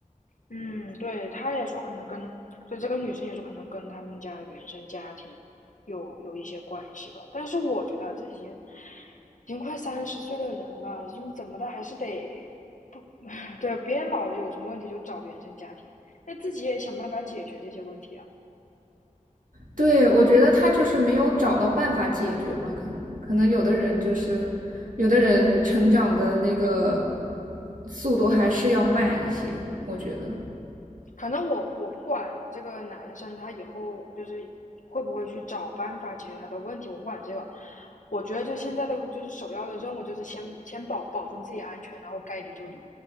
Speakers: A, on the left; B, on the right.
A: 嗯，对，他也说可能跟，就这个女生也说可能跟他们家原生家庭有有一些关系吧。但是我觉得这已经已经快三十岁的人了，就是怎么的还是得不 <laughs> 对，别老有什么问题就找原生家庭，那自己也想办法解决这些问题啊。
B: 对，我觉得他就是没有找到办法解决嘛，可能可能有的人就是，有的人成长的那个速度还是要慢一些，我觉得，
A: 反正我我不管这个男生他以后就是会不会去找办法解决他的问题，我不管这个。我觉得就现在的就是首要的任务就是先先保保证自己安全，然后该离就离。